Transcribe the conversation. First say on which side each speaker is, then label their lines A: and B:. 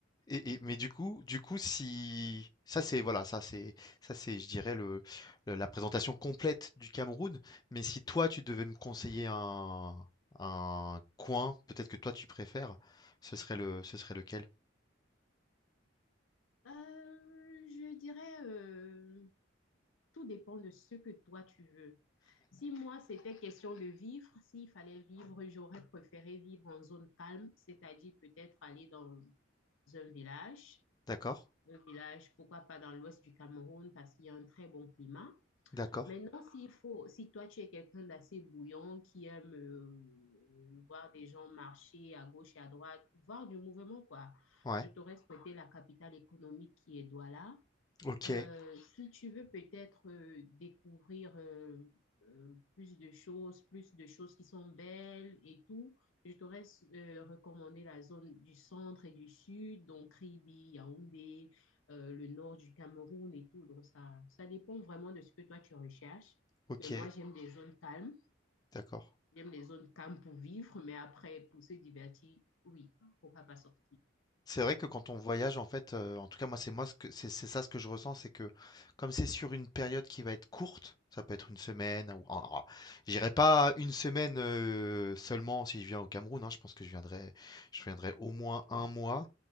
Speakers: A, on the left (about 20°); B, on the left (about 85°).
A: Et et mais du coup du coup si ça c'est voilà, ça c'est ça c'est je dirais le le la présentation complète du Cameroun. Mais si toi tu devais me conseiller un un coin, peut-être que toi tu préfères, ce serait le ce serait lequel?
B: Euh, je dirais, euh, tout dépend de ce que toi tu veux. Si moi, c'était question de vivre, s'il fallait vivre, j'aurais préféré vivre en zone calme, c'est-à-dire peut-être aller dans un village.
A: D'accord,
B: Un village, pourquoi pas dans l'ouest du Cameroun, parce qu'il y a un très bon climat.
A: d'accord.
B: Maintenant, s'il faut, si toi tu es quelqu'un d'assez bouillant, qui aime euh, voir des gens marcher à gauche et à droite, voir du mouvement, quoi,
A: Ouais.
B: je t'aurais souhaité la capitale économique qui est Douala.
A: OK,
B: Euh, si tu veux peut-être euh, découvrir euh, euh, plus de choses, plus de choses qui sont belles et tout, je t'aurais euh, recommandé la zone du centre et du sud, donc Kribi, Yaoundé, euh, le nord du Cameroun et tout. Donc ça, ça dépend vraiment de ce que toi tu recherches.
A: OK,
B: Mais moi, j'aime des zones calmes,
A: d'accord. Bah
B: j'aime les zones calmes pour vivre, mais après, pour se divertir, oui, pourquoi pas sortir?
A: C'est vrai que quand on voyage, en fait, heu, en tout cas moi c'est moi ce que c'est c'est ça ce que je ressens, c'est que comme c'est sur une période qui va être courte, ça peut être une semaine ou en ra j'irai pas une semaine, heu, seulement si je viens au Cameroun, hein, je pense que je viendrai je viendrai au moins un mois.